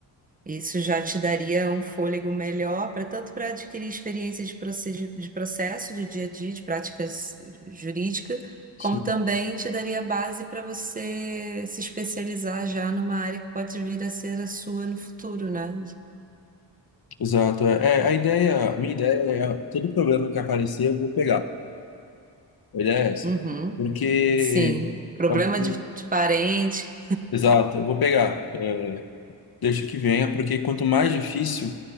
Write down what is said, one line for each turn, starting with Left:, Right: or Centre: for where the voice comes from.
Right: Isso já te daria um fôlego melhor para tanto para adquirir experiência de, procedi- de processo, de dia a dia, de práticas jurídica,
Left: Sim.
Right: como também te daria base para você se especializar já numa área que pode vir a ser a sua no futuro, né?
Left: Exato. É, é, a ideia, a minha ideia é todo problema que aparecer eu vou pegar. A ideia é essa.
Right: Uhum.
Left: Porque
Right: Sim, problema
Left: pode ser-
Right: de, de parente,
Left: Exato, eu vou pegar. Eu deixo que venha, porque quanto mais difícil,